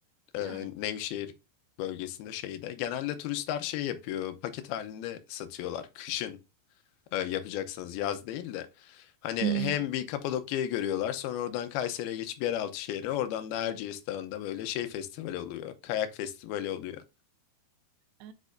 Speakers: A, on the left; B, on the right.
A: e,
B: güzel.
A: Nevşehir bölgesinde şeyde. Genelde turistler şey yapıyor, paket halinde satıyorlar. Kışın e, yapacaksınız, yaz değil de. Hani
B: Hmm.
A: hem bir Kapadokya'yı görüyorlar, sonra oradan Kayseri'ye geçip yeraltı şehri, oradan da Erciyes Dağı'nda böyle şey festivali oluyor, kayak festivali oluyor.
B: Ee,